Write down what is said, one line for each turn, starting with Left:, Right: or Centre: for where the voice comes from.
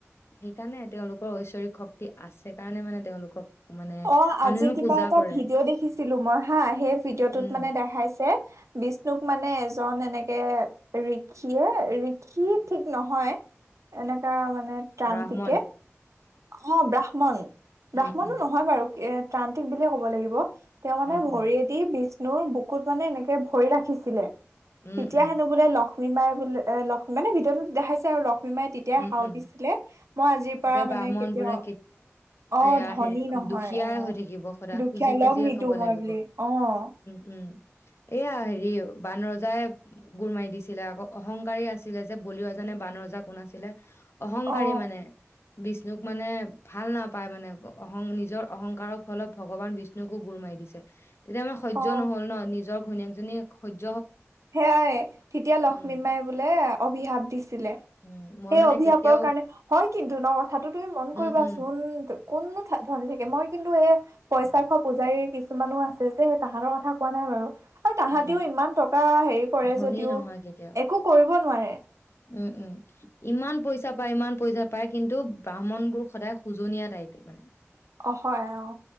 Left: সেইকাৰণে তেওঁলোকৰ ঐশ্বৰিক শক্তি আছে কাৰণে মানে তেওঁলোকক মানে
Right: অ,
Left: মানুহেও
Right: আজি কিবা
Left: পূজা
Right: এটা
Left: কৰে
Right: ভিডিঅ' দেখিছিলো মই হা, সেই ভিডিঅ'টোত
Left: উম
Right: মানে দেখাইছে বিষ্ণুক মানে এজন এনেকে ঋষিয়ে, ঋষি ঠিক নহয় এনেকা মান নে ত্ৰান্তিকে,
Left: ব্ৰাহ্মণ
Right: অ', ব্ৰাহ্মণ, ব্ৰাহ্মণো
Left: উম উম
Right: নহ এ ত্ৰান্তিক বুলিয়ে ক'ব লাগিব। তেওঁ মানে
Left: অ
Right: ভৰিয়ে
Left: অ
Right: দি বিচ ন, বুকুত মানে এনেকে ভৰি ৰাখিছিলে।
Left: উম
Right: তেতিয়া
Left: উম
Right: হেনো বোলে লখ লক্ষ্মী মাই বোলে এ লক্ষ্ম, মানে ভিডিঅ'টোত দেখাইছে আৰু লখ লক্ষ্মী মাই তেতিয়া
Left: উম
Right: সাও
Left: উম
Right: দিছিলে, মই আজিৰ পৰা
Left: যে
Right: মানে
Left: ব্ৰাহ্মণ
Right: কেতিয়াও,
Left: বোৰে
Right: অ',
Left: এয়া
Right: ধনী
Left: হেৰি
Right: নহ
Left: দুখীয়াই
Right: অ',
Left: হৈ থাকিব সদায়
Right: দুখীয়ালক
Left: খুজি খুজিয়ে
Right: নিদো
Left: খাব
Right: মই
Left: লাগিব
Right: বুলি, অ',।
Left: উম উম, এয়া হেৰি বান ৰজাই গোৰ মাৰি দিছিলে আকৌ অহংকাৰী আছিলে যে, বলি ৰজা নে বান ৰজা কোন আছি ছিলে অহংকাৰী
Right: অ
Left: মানে। বিষ্ণুক মানে ভাল নাপায় মানে অক, অহং নিজৰ অহংকাৰৰ ফলত ভগৱান বিষ্ণুকো গোৰ মাৰি দিছে। তেতিয়া মানে সহ্য
Right: অ
Left: নহ'ল ন, নিজৰ ঘৈনীয়েক জ জনিয়ে সৈত
Right: সেয়াই, তেতিয়া লক্ষ্মী
Left: উম
Right: মাই বোলে অভিশাপ দিছিলে।
Left: উম মই
Right: সেই
Left: মানে
Right: অভিশাপৰ
Left: কেতিয়াও
Right: কাৰণে, হয় কিন্তু ন কথাটো, তুমি মন কৰিবাচোন
Left: উম উম
Right: কোন নো থা ধন লীক মই কিন্তু এ পইচা খৰ পূজাৰীৰ কিছুমানো আছে যে সেই তাহাঁতৰ কথা কোৱা নাই বাৰু হয় তাহাঁতিও
Left: উম
Right: ইমান টকা হেৰী কৰে
Left: ধনী
Right: যদিও
Left: নহয় কেতিয়াও
Right: একো কৰিব কৰিব নোৱাৰে
Left: উম উম ইমান পইচা পায় ইমান পইচা পায় কিন্তু ব্ৰাহ্মণ বোৰ সদায় সোজনীয়া টাইপে মানে
Right: অ হয় আহ